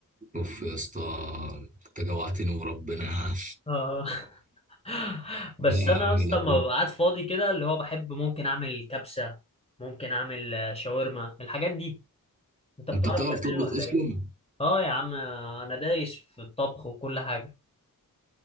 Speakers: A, on the right; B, on the left.
A: اوف يا اسطى انت جوعتني وربنا <laughs>
B: آه. <laughs> بس
A: لا
B: أنا
A: يا عم
B: أصلا
A: لازم
B: ما ببقى قاعد فاضي كده اللي هو بحب ممكن أعمل كبسة ممكن أعمل آه، شاورما الحاجات دي أنت بتعرف
A: انت بتعرف
B: تعملها
A: تطبخ
B: ولا
A: اصلا
B: إيه؟ آه يا عم آه، أنا دايس في الطبخ وكل حاجة